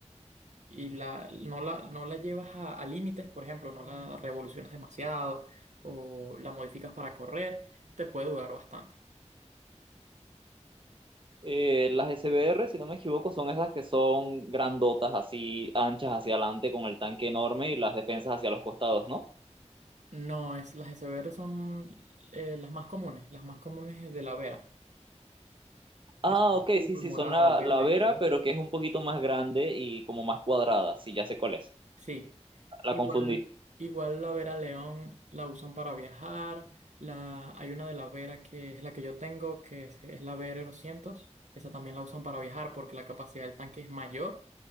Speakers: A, on the right (about 80°); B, on the right (about 45°).
A: y la, no la, no la llevas a, a límites, por ejemplo, no la revolucionas demasiado o la modificas para correr, te puede durar bastante.
B: Eh, las SBR, si no me equivoco, son esas que son grandotas, así anchas hacia adelante, con el tanque enorme y las defensas hacia los costados, ¿no?
A: No, es, las de Severo son eh, las más comunes, las más comunes de la vera,
B: Ah,
A: que son
B: ok, sí,
A: azul,
B: sí,
A: morado,
B: son la,
A: verde.
B: la Vera, pero que es un poquito más grande y como más cuadrada, sí, ya sé cuál es.
A: Sí, igual,
B: La confundí.
A: igual la Vera León la usan para viajar, la, hay una de la Vera que es la que yo tengo, que es, es la Vera 200, esa también la usan para viajar porque la capacidad del tanque es mayor,